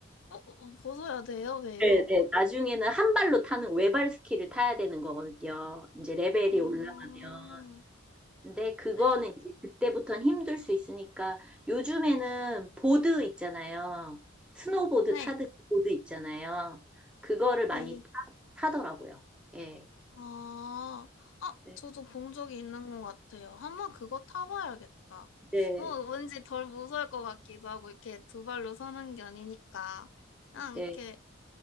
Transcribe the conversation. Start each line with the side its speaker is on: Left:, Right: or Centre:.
Left: 어, 어, 벗어야 돼요? 왜요?
Centre: 네, 네. 나중에는 한 발로 타는 외발 스키를 타야 되는 거거든요. 이제 레벨이
Left: 아,
Centre: 올라가면. 근데 그거는
Left: 네.
Centre: 이제 그때부터는 힘들 수 있으니까 요즘에는 보드 있잖아요. 스노보드
Left: 네.
Centre: 타듯이 보드 있잖아요. 그거를 많이
Left: 네.
Centre: 타, 더라고요 예.
Left: 아, 아,
Centre: 네,
Left: 저도 본 적이 있는 것 같아요. 한번 그거 타봐야겠다.
Centre: 네.
Left: 어, 왠지 덜 무서울 것 같기도 하고, 이렇게 두 발로 서는 게 아니니까. 그냥
Centre: 네.
Left: 이렇게,